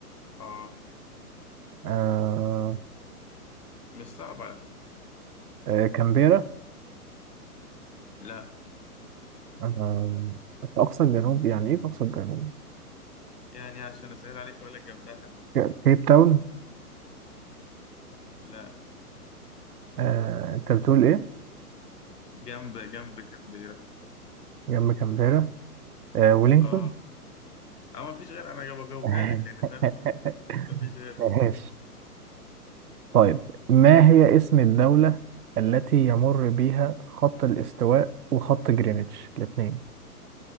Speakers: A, on the left (about 80°); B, on the right (about 75°).
A: آه
B: أه
A: مش صعب على فكرة
B: آه، كامبيرا
A: لا
B: آه، في أقصى الجنوب يعني إيه في أقصى الجنوب؟
A: يعني عشان أسهل عليك أقول لك جنبها مثلا
B: ك- كيب تاون
A: لا
B: آه، أنت بتقول إيه؟
A: جنب جنب كامبيرا
B: جنب كامبيرا آه، ولينغتون
A: آه أو مفيش غير أنا جاوب- بجاوبها
B: <laughs>
A: لك يعني فاهم مفيش غير
B: ماشي طيب ما هي اسم الدولة التي يمر بها خط الاستواء وخط جرينتش الاثنين؟